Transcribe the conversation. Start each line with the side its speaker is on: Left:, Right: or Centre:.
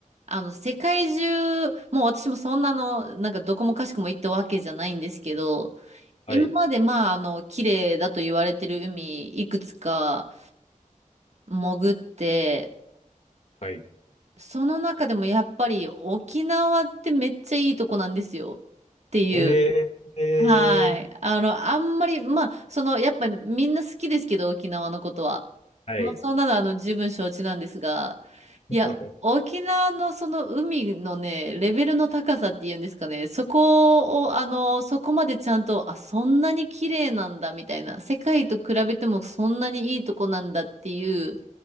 Right: あの、世界中、もう私もそんなの、なんかどこもかしこも行ったわけじゃないんですけど、
Left: はい。
Right: 今までまあ、あの、綺麗だと言われてる海、いくつか潜って、
Left: はい。
Right: その中でもやっぱり沖縄ってめっちゃいいとこなんですよっていう
Left: へえ、
Right: はい。あの、あんまり、まあ、その、やっぱりみんな好きですけど、沖縄のことは。
Left: はい。
Right: まあ、そんなの、あの、十分承知なんですが、いや、
Left: <laughs>
Right: 沖縄のその海のね、レベルの高さっていうんですかね、そこを、あの、そこまでちゃんと、あ、そんなに綺麗なんだ、みたいな、世界と比べてもそんなにいいとこなんだっていう、